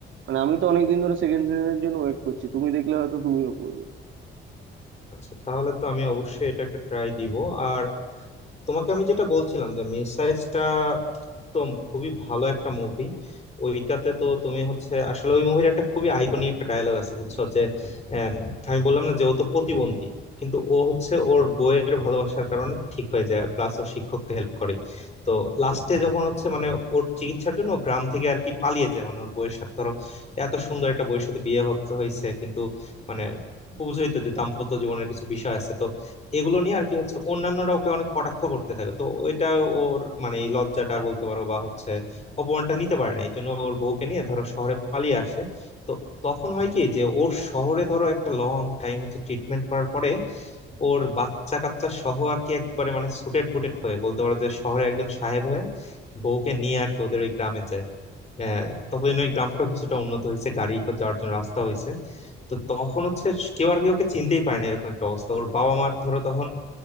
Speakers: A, on the right (about 75°); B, on the left (about 35°).
A: মানে আমি তো অনেকদিন ধরে সেকেন্ড সিজনের জন্য ওয়েট করছি তুমি দেখলে হয়তো তুমিও পড়বে
B: আচ্ছা তাহলে তো আমি অবশ্যই এটা একটা ট্রাই দিব আর তোমাকে আমি যেটা বলছিলাম যে মিউসাইজটা তো খুবই ভালো একটা মুভি ওইটাতে তো তুমি হচ্ছে আসলে ওই মুভির একটা খুবই আইকনিক একটা ডায়লগ আছে বুঝছো যে আম, আমি বললাম না যে ও তো প্রতিবন্ধী কিন্তু ও হচ্ছে ওর বইয়ের ভালোবাসার কারণে ঠিক হয়ে যায় প্লাস ও শিক্ষককে হেল্প করে তো লাস্টে যখন হচ্ছে মানে ওর চিকিৎসার জন্য ও গ্রাম থেকে আর কি পালিয়ে যায় মানে ওর বইয়ের সাথে ধরো এত সুন্দর একটা বইয়ের সাথে বিয়ে হচ্ছে হয়েছে কিন্তু মানে বুঝই তো যে দাম্পত্য জীবনের কিছু বিষয় আছে তো এগুলো নিয়ে আর কি হচ্ছে অন্যান্যরা ওকে অনেক কটাক্ষ করতে থাকে তো এটা ওর মানে এই লজ্জাটা বলতে পারো বা হচ্ছে অপমানটা নিতে পারে না এই জন্য ওর বউকে নিয়ে ধরো শহরে পালিয়ে আসে তো তখন হয় কি যে ওর শহরে ধরো একটা লং টাইম হচ্ছে ট্রিটমেন্ট করার পরে ওর বাচ্চা কাচ্চা সহ আর কি একবারে মানে সুটেড বুটেড হয়ে বলতে পারো যে শহরে একজন সাহেব হয়ে বউকে নিয়ে আর কি ওদের ওই গ্রামে যায় আহ, ততদিন ওই গ্রামটাও কিছুটা উন্নত হয়েছে গাড়ি যাওয়ার জন্য রাস্তা হয়েছে তো তখন হচ্ছে কেউ আর কি ওকে চিনতেই পারে না এরকম একটা অবস্থা ওর বাবা মার ধরো তখন